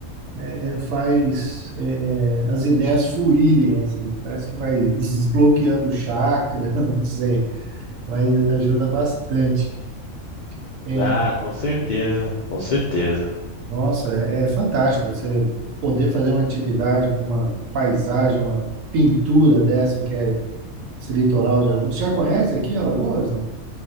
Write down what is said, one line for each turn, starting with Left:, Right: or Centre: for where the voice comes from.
Right: é, é, faz é, é, as ideias fluírem, assim, parece que vai desbloqueando o chakra, <laughs> não sei, mas ajuda bastante. É,
Left: Ah, com certeza, com certeza.
Right: Nossa, é fantástico você poder fazer uma atividade com uma paisagem, uma pintura dessa que é esse litoral de Alagoas. Você já conhece aqui Alagoas, não?